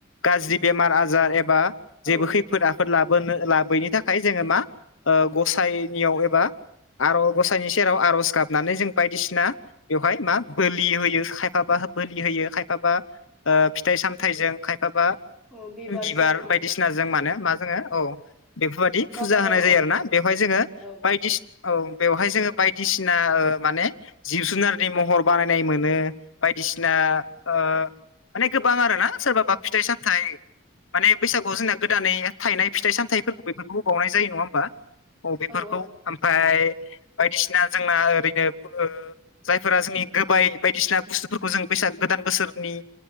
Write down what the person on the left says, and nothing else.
गाज्रि बेमार आजार एबा जेबो
खैफोद आफो फोद लाबोनो लाबोयैनि थाखाय जोङो मा ओ गसाइनियाव एबा आर' गसायनि सेराव आर'ज गाबनानै जों बायदिसिना बेवहाय मा बोलि होयो खायफाबा बोलि होयो खायफाबा ओ फिथाइ सामथाइजों खायफाबा
बिबार
बायदिसिना जों मानो मा जोङो औ बेफोरबादि
फुजा होनाय जायो
आरोना बेवहाय जोङो
बायदिसि औ बेवहाय जोङो बायदिसिना ओ माने जिब जुनारनि महर बानायनाय मोनो बायदिसिना ओ माने गोबां आरोना सोरबाबा फिथाइ सामथाइ माने बैसागुआव जोंना गोदानै थायनाय फिथाइ सामथाइफोरखौ बेफोरखौबो बावनाय जायो नङा होमबा अ बेफोरखौ
ओमफाय बायदिसिना जोंना ओरैनो जायफोरा जोंनि गोबाय बायदिसिना बुस्थुफोरखौ जों बैसाग गोदान बोसोरनि